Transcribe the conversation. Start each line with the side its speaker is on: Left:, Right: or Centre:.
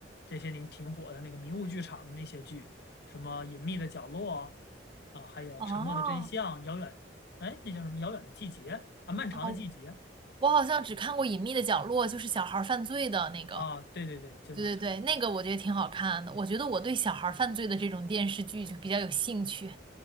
Left: 这些年挺火的那个迷雾剧场的那些剧，什么《隐秘的角落》啊，还有《沉默的真相》，
Right: 哦，
Left: 遥远，哎，那叫什么《遥远的季节》啊，《漫长的季节》
Right: 哦，我好像只看过《隐秘的角落》，就是小孩儿犯罪的那个。
Left: 啊，对对对，就那个。
Right: 对对对，那个我觉得挺好看的。我觉得我对小孩儿犯罪的这种电视剧就比较有兴趣，